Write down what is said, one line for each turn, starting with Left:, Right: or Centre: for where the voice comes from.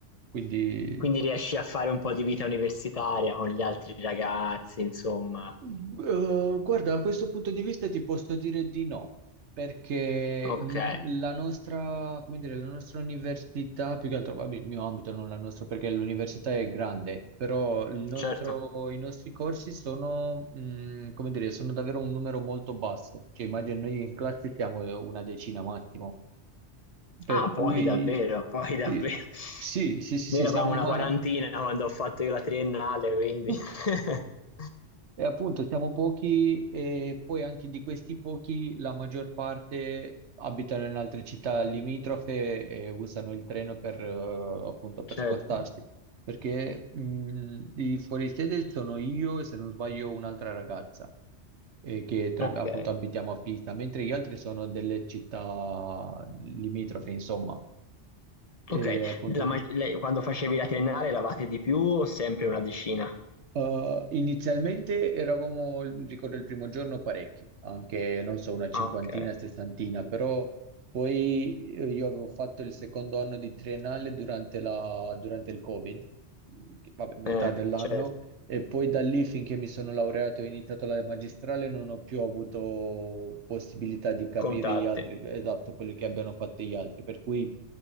Right: Quindi
Left: Quindi riesci a fare un po' di vita universitaria con gli altri ragazzi, insomma.
Right: Eh, guarda, da questo punto di vista ti posso dire di no, perché
Left: Ok,
Right: l- la nostra, come dire, la nostra università, più che altro, vabbè, il mio ambito, non la nostra, perché l'università è grande, però il nostro-
Left: certo.
Right: i nostri corsi sono, mh, come dire, sono davvero un numero molto basso. Cioè, immagino noi in classe siamo una decina massimo, per
Left: Ah,
Right: cui
Left: pochi davvero, pochi davvero.
Right: sì, sì, sì, sì,
Left: Noi
Right: sì,
Left: eravamo
Right: siamo
Left: una
Right: ma...
Left: quarantina quando ho fatto io la triennale, quindi
Right: <laughs>
Left: <laughs>
Right: E appunto siamo pochi e poi anche di questi pochi la maggior parte abitano in altre città limitrofe e usano il treno per, eh, appunto, per
Left: certo.
Right: spostarsi. Perché mh, di fuori sede sono io e se non sbaglio un'altra ragazza eh, che tra-
Left: Ok,
Right: appunto abitiamo a Pisa, mentre gli altri sono delle città limitrofe, insomma. E
Left: ok.
Right: appunto
Left: La
Right: tu-
Left: mag- lei- quando facevi la triennale eravate di più o sempre una decina?
Right: Uh, inizialmente eravamo, ricordo il primo giorno, parecchi, anche non so, una cinquantina,
Left: Ah, Ok,
Right: sessantina, però poi eh, io avevo fatto il secondo anno di triennale durante la- durante il Covid, mm, vabbè, metà
Left: eh,
Right: dell'anno,
Left: certo.
Right: e poi da lì finché mi sono laureato e ho iniziato la magistrale non ho più avuto possibilità di capire
Left: Contatti,
Right: gli altri, esatto, quello che abbiano fatto gli altri, per cui